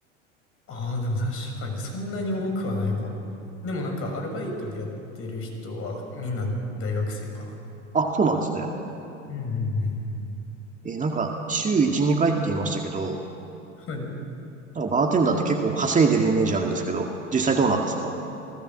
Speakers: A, on the left; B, on the right.
A: ああ、でも確かにそんなに多くはないかも。でもなんか、アルバイトでやってる人はみんな大学生かな。
B: あ、そうなんですね。
A: うんうんうん。
B: えーなんか、週1、2回って言いましたけど、
A: はい。
B: なんかバーテンダーって結構稼いでるイメージあるんですけど、実際どうなんですか